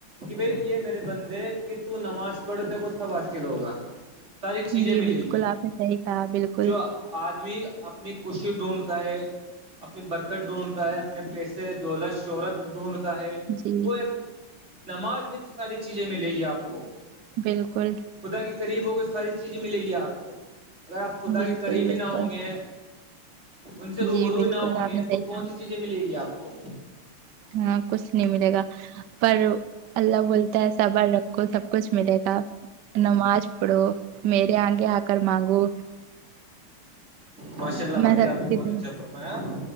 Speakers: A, on the right; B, on the right.
A: کہ بھائی یہ میرے بندے کہ تو نماز پڑھ تکو سب حاصل ہوگا ساری چیزیں
B: جی
A: ملیں
B: بالکل
A: گی
B: آپ نے صحیح کہا بالکل
A: جو آدمی اپنی خوشی ڈھونڈتا ہے اپنی برکت ڈھونڈتا ہے اپنے پیسے دولت شہرت ڈھونڈتا ہے
B: جی
A: وہ ایک نماز میں ساری چیزیں ملیں گی آپ کو
B: بالکل
A: خدا کے قریب ہو گے ساری چیزیں ملیں گی آپ کو اگر آپ خدا
B: بالکل
A: کے قریبی
B: بالکل
A: نہ ہوں گے ان سے روبرو
B: جی بالکل
A: ہی نہ ہوں
B: آپ
A: گے
B: نے
A: تو
B: صحیح
A: کون
B: کہا
A: سی چیزیں ملیں گی آپ کو
B: ہاں کچھ نہیں ملے گا پر اللہ بولتا ہے صبر رکھو سب کچھ ملے گا نماز پڑھو میرے آگے آ کر مانگو
A: ماشاء اللہ باجی
B: میں سب
A: آپ نے بہت
B: کی دعا-
A: اچھا فرمایا